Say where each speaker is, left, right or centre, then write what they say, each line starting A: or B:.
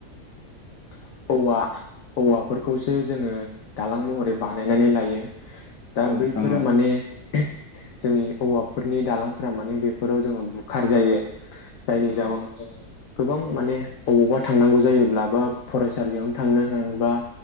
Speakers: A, on the left; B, on the left.
A: <inaudible> औवा औवाफोरखौसो जोङो दालां महरै बानायनानै लायो। दा
B: औ नोंथां औ
A: <unintelligible> जोंनि औाफोरनि दालांफोरा मान बेफोराव जोङो बुखार जायो जायनि
B: औ
A: जाहोनाव जोङो गोबां माने अबावबा थांनांगौ जायोब्ला बा फरायसालियावनो थांनो होन बा